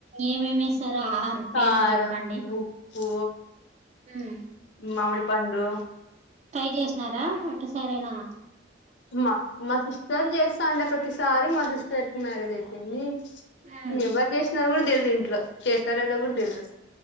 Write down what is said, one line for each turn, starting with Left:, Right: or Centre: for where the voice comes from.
Right: ఏమేమిేస్తారో ఆరు పేర్లు
Left: కారం,
Right: చెప్పండి
Left: ఉప్పు
Right: ఉమ్,
Left: మామిడ్ పండు.
Right: ట్రై చేసినారా, ఒట్టసారైనా.
Left: మా మా సిస్టర్ జేస్తా ఉండే ప్రతిసారి, మా సిస్టర్ కి మ్యారేజ్ అయిపోంది.
Right: ఉమ్,
Left: ఇంగ ఎవర్ చేసినారు గుడా తెలిదు ఇంట్లో. చేస్తారేలేదో కూడా తెలీదు.